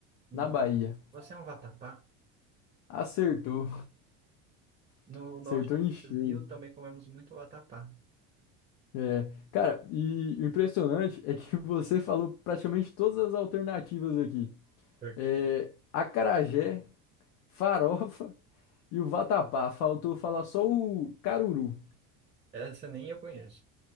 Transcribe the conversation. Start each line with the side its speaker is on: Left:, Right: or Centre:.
Right: Não.
Left: Na Bahia.
Right: Você é um vatapá?
Left: Acertou.
Right: No
Left: <laughs>
Right: norte
Left: Acertou em
Right: do
Left: cheio.
Right: Brasil também comemos muito vatapá.
Left: É. Cara, e o impressionante é que <laughs> você falou praticamente todas as alternativas aqui.
Right: Porque
Left: É, acarajé, farofa <laughs> e o vatapá. Faltou falar só o caruru.
Right: essa nem eu conheço.